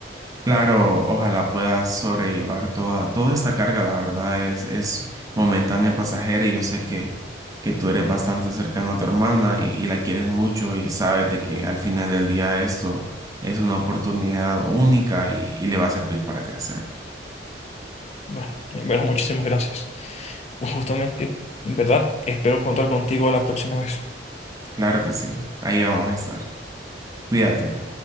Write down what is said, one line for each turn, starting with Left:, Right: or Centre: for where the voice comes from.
Right: Claro, ojalá puedas sobrellevar toda, toda esta carga, la verdad es, es momentánea, pasajera y yo sé que, que tú eres bastante cercano a tu hermana y, y la quieres mucho y sabes de que al final del día esto es una oportunidad única y, y le va a servir para crecer.
Left: Bueno, en verdad, muchísimas gracias. Justamente, en verdad, espero contar contigo la próxima vez.
Right: Claro que sí, ahí vamos a estar. Cuídate.